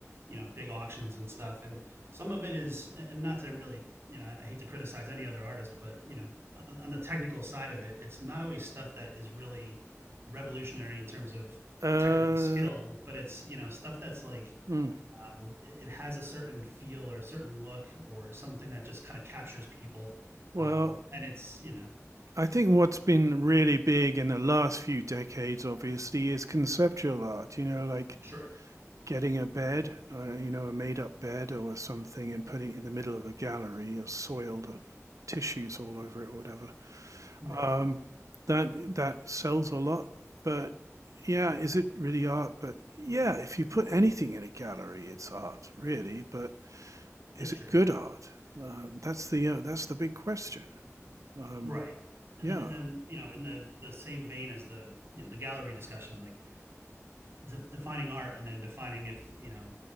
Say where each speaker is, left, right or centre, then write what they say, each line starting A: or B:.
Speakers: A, on the right; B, on the right.
A: you know big auctions and stuff and some of it is eh, and not to really you know i hate to criticize any other artist but you know on the technical side of it it's not always stuff that is really revolutionary in terms of
B: Uh.
A: technical skill but it's you know stuff that's like
B: Mm.
A: um, it has a certain feel or a certain look or something that just kind of captures people.
B: Well,
A: Um, and it's you know
B: I think what's been really big in the last few decades, obviously, is conceptual art. You know, like
A: sure
B: getting a bed, uh, you know, a made-up bed or something, and putting it in the middle of a gallery or soiled of tissues all over it or whatever.
A: right
B: Um, that that sells a lot, but yeah, is it really art? But yeah, if you put anything in a gallery, it's art, really. But is
A: that's true
B: it good art? Um, that's the uh, that's the big question. Um,
A: right and
B: yeah.
A: then, and then you know in the the same vein as the you know the gallery discussion like de- defining art and then defining if you know